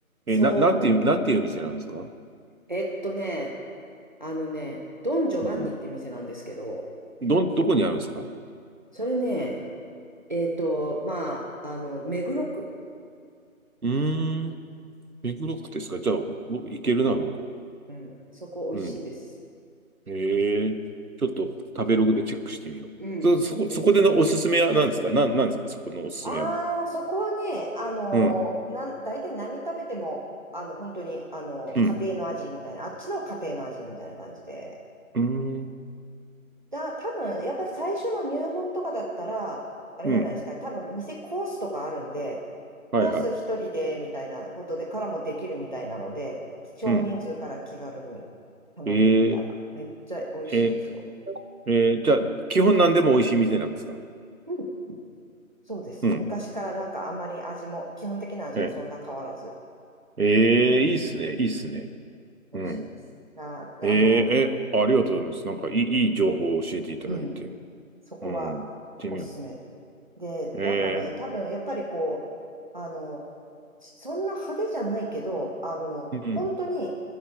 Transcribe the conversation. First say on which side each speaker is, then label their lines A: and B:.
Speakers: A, on the right; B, on the right.
A: え、
B: そう。
A: な、なんていう、なんていう店なんですか
B: えっとね、あのね、ドン・ジョバンニって店なんですけど、
A: うん。どん、どこにあるんですかう
B: それね、えっと、まあ、あの、目黒区。
A: ーん。ビッグロックですかじゃあ、僕、いけるな、僕。
B: うん、そこ美味しいです。
A: うん。ええちょっと食べログでチェックしてみよう。
B: うん。
A: そ、そこ、
B: ぜひぜひ。
A: そこでのおすすめは何ですかなん、なんですかそこのおすすめは。
B: ああ、そこはね、あのー、
A: うん。
B: なん、大体何食べても、あの、本当に、あの、
A: うん。
B: 家庭の味みたいな、あっちの家庭の味みたいな感じで。
A: うーん。
B: だ、多分、やっぱ最初の入門とかだったら、あれじゃないですかね。
A: うん。
B: 多分、店コースとかあるんで、
A: はいはい。
B: コース一人で、みたいなことで、からもできるみたいなので、少人数から気軽に頼んでみたら、
A: うん。ええ
B: めっちゃ美味しいですよ。
A: えー、えーじゃあ、基本何でも美味しい店なんですか
B: うんそうです。
A: うん。
B: 昔からなんかあんまり味も、基本的な味もそんな変わらず、
A: えええーいいっすね。いいっすね。
B: うん、美味しいです。
A: うん。
B: あ、あの、
A: えーえーありがとうございます。なんかいい、いい情報を教えていただいて。
B: うん、そこは
A: うん。行ってみよう。
B: おすすめ。で、
A: ええ
B: なんかね、多分やっぱりこう、あの、そんな派手じゃないけど、あの、
A: うん。
B: 本当に